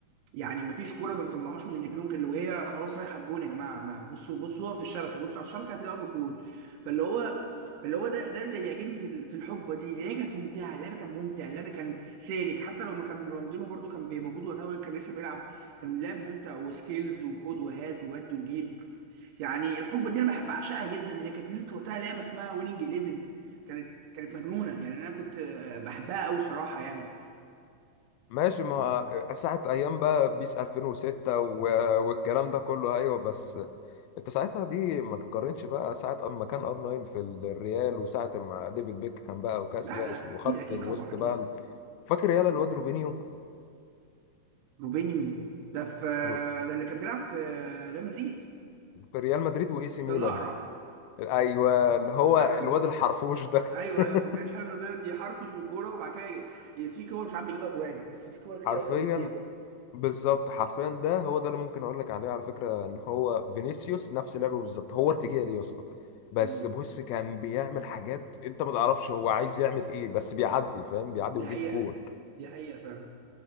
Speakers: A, on the right; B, on the left.
A: يعني ما فيش كوره ما بيطلعوهاش من رجليهم غير وهي خلاص رايحه الجون يا جماعه ما بصوا بصوا في الشبكه بصوا على الشبكه هتلاقوها في الجون فاللي هو فاللي هو ده ده اللي بيعجبني في ال- في الحقبه دي لان هي كانت ممتعه اللعب كان ممتع اللعب كان سالك حتى لو ما كان رونالدينو برده كان بي- موجود وقتها ولا كان لسه بيلعب كان اللعب ممتع وسكيلز وخد وهات وودي وجيب يعني الحقبه دي انا بحب بعشقها جدا لان هي كانت نزلت وقتها لعبه اسمها ويننج 11 كانت كانت مجنونه يعني انا كنت آه، بحبها قوي الصراحه يعني
B: ماشي ما ساعة ايام بقى بيس 2006 و... والكلام ده كله ايوه بس انت ساعتها دي ما تقارنش بقى ساعة اما كان ار 9 في الريال وساعة ما ديفيد بيكهام بقى وكاسياس
A: لا لا
B: وخط
A: اكيد اكيد
B: الوسط
A: طبعا اكيد
B: بقى ال- فاكر يالا الواد روبينيو
A: روبينيو ده في
B: رو-
A: ده اللي كان بيلعب في ريال مدريد
B: في ريال مدريد واي سي ميلان
A: ده اللي اقرع
B: ايوه اللي هو
A: فاكره
B: الواد الحرفوش ده
A: ايوه
B: <laughs>
A: ايوه كان بيعيش حاله انه بيقعد يحرفش بالكوره وبعد كده ي- ي- في كور ساعات بيجيبها جوان بس في كور كتير
B: حرفيا
A: قوي كانت بتضيع
B: بالظبط حرفيا ده هو ده اللي ممكن اقول لك عليه على فكره ان هو فينيسيوس نفس لعبه بالظبط هو ارتجالي يا اسطى بس
A: امم
B: بص كان بيعمل حاجات انت ما تعرفش هو عايز يعمل ايه بس بيعدي فاهم بيعدي
A: دي
B: ويجيب
A: حقيقه
B: جول
A: دي حقيقه فعلا